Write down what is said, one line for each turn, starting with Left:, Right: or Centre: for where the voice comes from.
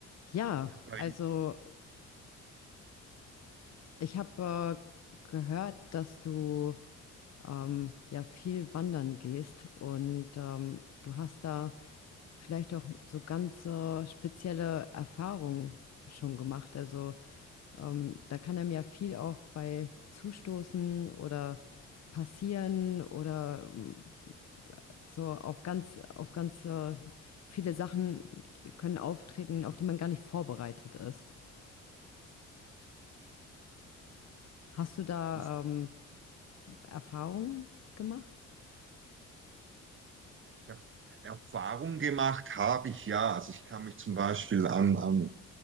Left: Ja,
Right: Weil
Left: also ich habe äh, gehört, dass du ähm, ja viel wandern gehst und ähm, du hast da vielleicht auch so ganz äh, spezielle Erfahrungen schon gemacht. Also ähm, da kann einem ja viel auch bei zustoßen oder passieren oder ähm, so auf ganz, auf ganz äh, viele Sachen die können auftreten, auf die man gar nicht vorbereitet ist. Hast du da
Right: ich
Left: ähm, Erfahrungen gemacht?
Right: hab Erfahrung gemacht habe ich ja. Also ich kann mich zum Beispiel an, an